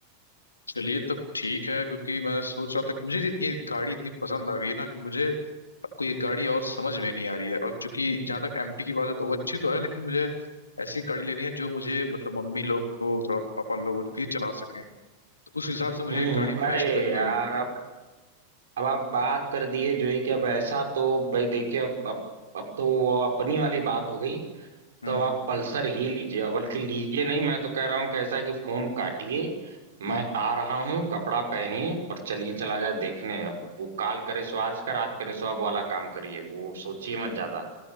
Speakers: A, on the left; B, on the right.
A: चलिए तब ठीक है क्योंकि मैं सोच रहा था कि मुझे ये गाड़ी इतनी पसंद आ गई है ना कि मुझे अब कोई गाड़ी और समझ में नहीं आ रही है और चूंकि जहां तक एमटी की बात है तो वो अच्छी तो है लेकिन मुझे ऐसी गाड़ी लेनी है जो मुझे मतलब मम्मी लोग को थोड़ा पापा लोग भी चला सकें तो उस हिसाब से मुझे
B: हम्म
A: एक गाड़ी
B: अरे
A: बेस्ट लग
B: यार
A: रही है
B: अब अब आप बात कर दिए जो है कि अब ऐसा तो भाई देखिए अब अब अब तो वो अपनी वाली बात हो गई
A: हम्म
B: तो अब आप पल्सर ही लीजिए और बल्कि लीजिए नहीं मैं तो कह रहा हूँ कि ऐसा है कि फोन काटिए
A: हम्म।
B: मैं आ रहा हूँ कपड़ा पहनिए और चलिए चला जाए देखने अब वो काल करे सो आज का रात करे सो अब वाला काम करिए वो सोचिए मत ज्यादा